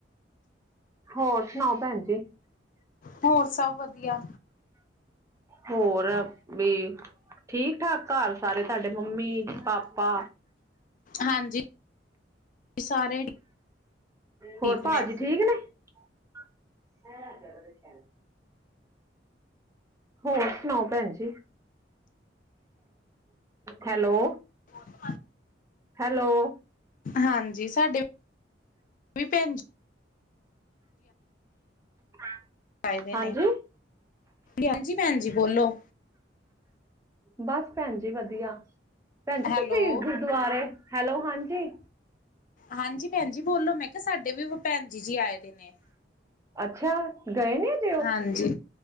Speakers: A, on the right; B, on the left.
A: ਹੋਰ ਸੁਣਾਓ ਭੈਣ ਜੀ?
B: ਹੋਰ ਸਭ ਵਧੀਆ।
A: ਹੋਰ? ਵੀ ਠੀਕ ਠਾਕ ਘਰ ਸਾਰੇ ਤੁਹਾਡੇ ਮੰਮੀ ਪਾਪਾ
B: ਹਾਂਜੀ ਸਾਰੇ ਠੀਕ
A: ਹੋਰ ਭਾਜੀ
B: ਨੇ
A: ਠੀਕ ਨੇ। ਹੈ ਕਦੋਂ ਦੇਖਿਆ। ਹੋਰ ਸੁਣਾਓ ਭੈਣ ਜੀ ਹੈਲੋ?
B: <unintelligible>
A: ਹੈਲੋ।
B: ਹਾਂਜੀ ਸਾਡੇ ਵੀ ਭੈਣ ਜੀ
A: ਹ।
B: ਆਏ ਦੇ
A: ਹਾਂਜੀ
B: ਨੇ ਹਾਂਜੀ ਭੈਣ ਜੀ ਬੋਲੋ
A: ਬਸ ਭੈਣ ਜ ਵਧੀਆ ਭੈਣ ਜ
B: ਹੈਲੋ
A: ਤੁਸੀਂ ਗੁਰਦੁਆਰੇ ਹੈਲੋ ਹਾਂਜੀ।
B: ਹਾਂਜੀ ਭੈਣ ਜੀ ਬੋਲੋ ਮੈਂ ਕਿਹਾ ਸਾਡੇ ਵੀ ਭੈਣ ਜੀ ਜੀ ਆਏ ਦੇ ਨੇ
A: ਅੱਛਾ ਗਏ ਨੇ ਅਜੇ ਉਹ
B: ਹਾਂਜੀ